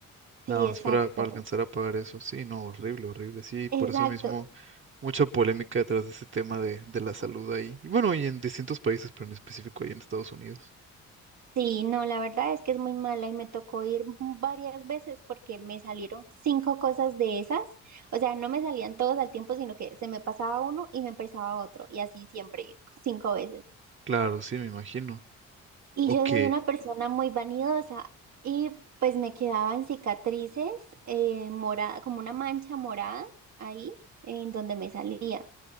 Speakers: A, on the right (about 65°); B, on the right (about 40°).
A: Sí,
B: Nada
A: exacto.
B: más para, para alcanzar a pagar eso. Sí, no, horrible, horrible. Sí, por
A: Exacto.
B: eso mismo mucha polémica detrás de ese tema de, de la salud ahí. Y bueno, y en distintos países, pero en específico ahí en Estados Unidos.
A: Sí, no, la verdad es que es muy mala y me tocó ir varias veces porque me salieron cinco cosas de esas. O sea, no me salían todos al tiempo, sino que se me pasaba uno y me empezaba otro. Y así siempre, cinco veces.
B: Claro, sí, me imagino.
A: Y
B: Ok.
A: yo soy una persona muy vanidosa y pues me quedaban cicatrices eh, morada, como una mancha morada ahí en donde me salía.